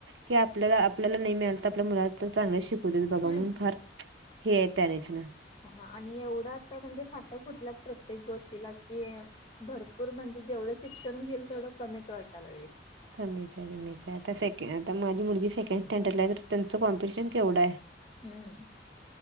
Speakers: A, on the right; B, on the left.
A: की आपल्याला आपल्याला नाही मिळाल तर आपल्या मुलाला तर चांगल शिकु देत बाबा
B: हम्म
A: म्हणून फार हेे यत त्यांनीच ना.
B: हं आणि एवढं आता म्हणजे फाट फुटलात प्रत्येक गोष्टीला की भरपूर म्हणजे जेवढं शिक्षण घेईल तेवढं कमीच वाटा लागलय.
A: कमीचय कमीचय आता सेक आता माझी मुलगी सेकंड स्टँडर्डला आहे तर त्यांचं कॉम्पिटिशन केवढंय?
B: हम्म.